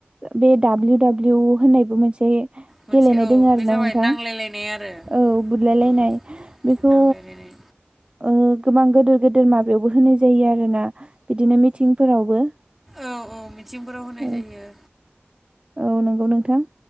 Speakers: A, on the right; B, in the centre.
A: बे डाब्लिउ डाब्लिउ होननायबो मोनसे
B: मोनसे
A: गेलेनाय
B: औ
A: दोङो आरोना
B: बे जाबाय
A: नोंथां
B: नांलायलायनाय आरो
A: औ बुदलाय लायनाय
B: उम
A: बेखौ
B: नांलायलायनाय
A: ओ गोबां गोदोर गोदोर माबायावबो होनाय जायो आरोना बिदिनो मिथिंफोरावबो
B: औ औ मिथिंफोराव होनाय
A: औ
B: जायो।
A: औ नंगौ नोंथां।